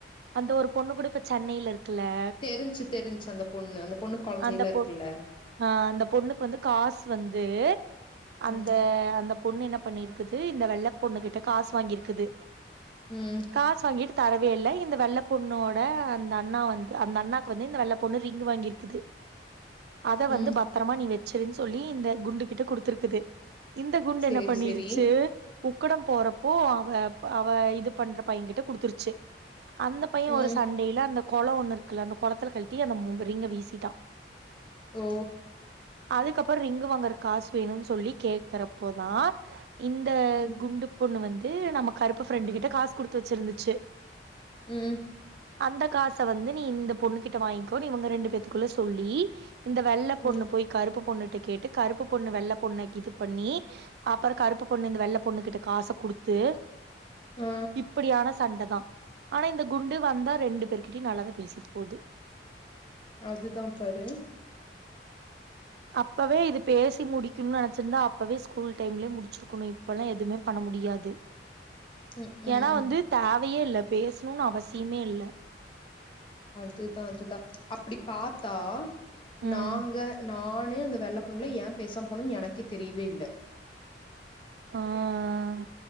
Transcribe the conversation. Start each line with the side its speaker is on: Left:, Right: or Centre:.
Right: அந்த ஒரு பொண்ணு கூட இப்ப சென்னையில இருக் குலா
Left: தெரிஞ்சு தெரிஞ்சு அந்த பொண்ணு அந்த பொண்ணு கொழந்தைலா
Right: அந்த பொண்
Left: இருக்குல்ல
Right: அஹ் அந்த பொண்ணுக்கு வந்து காசு வந்து ச <unintelligible> அந்த
Left: ம்
Right: அந்த பொண்ணு என்ன பண்ணிருக்குது இந்த வெள்ள பொண்ணு கிட்ட காசு வாங்கியிருக்குது
Left: ம்
Right: காசு வங்கிட்டு தரவே இல்ல இந்த வெள்ள பொண்ணோட அந்த அண்ணா வந்து அந்த அண்ணா க்கு வந்து இந்த வெள்ள பொண்ணு ரிங்க் வாங்கிருக்குது அத
Left: ம்
Right: வந்து பத்திரமா நீ வெ சிரின்னு சொல்லி இந்த குண்டு கிட்ட கொடுத்துருக்குது இந்த குண்டு
Left: சேரி
Right: என்ன பண்ணிருச்சு
Left: சேரி
Right: உக்கடம் போறப்போ வாப் அவா து பண்ற பையன் கிட்ட கொடுத் செரி அந்த பையன்
Left: ம்
Right: ஒரு சண்டேயில்ல அந்த கொளம் ஒன்னு இருக்குல்ல அந்த குல த்தல கல்டி அந்த மொக ரிங்க வீசிட்டா
Left: ஓ
Right: அதுக்கப்புறம் ரிங்கு வாங்குற காசு வேணும்னு சொல்லி கேக்குறப்போதான் இந்த
Left: ம்
Right: குண்டு பொண்ணு வந் து நம்ம கருப்பு ஃப்ரெண்டுகிட்ட காசு குடுத்து வச்சிருந்துச்சு
Left: உம்
Right: அந்த காச வந்து நீ இந்த பொண்ணு கிட்ட வாங்கிக்கோ இவங்க ரெண்டு பேத்துக்குள்ள சொல்லி இந்த வெள்ள பொண்ணு
Left: ம்
Right: போய் கருப்பு பொண்ணுட்டு கேட்டு கருப்பு பொண்ணு வெள்ள பொண்ணு இது பண்ணி அப்புறம் கருப்பு பொண்ணு இந்த வெள்ள பொண்ணு கிட்ட காச குடுத்து
Left: ஆ
Right: இப்டியான சண்ட தான் ஆனா இந்த குண்டு வந்தா ரெண்டு பேரு கிடியும் நல்லா தான் பேசி போது
Left: அதுதான் பது
Right: அப்பவே இது பேசி முடிக்கணும்னு நினச்சிருந்தா அப்பவே ஸ்கூல் டைம்லே முடிச்சிருக்கணும் இப்பெல்லாம் எதுமே பண்ண முடியாது
Left: ம் ம்
Right: ஏன்னா வந்து தேவ் வையே இல்ல பேசணும்னு அவசியமே இல்ல
Left: அதுதான் அதுதான் அப்டி பாத்தா
Right: ம்
Left: நாங்க நானு அந்த வெள்ள பொண்ணுல ஏன் பேச போனும்ன்னனு எனக்கே தெரியவே இல்ல
Right: அ அ ம்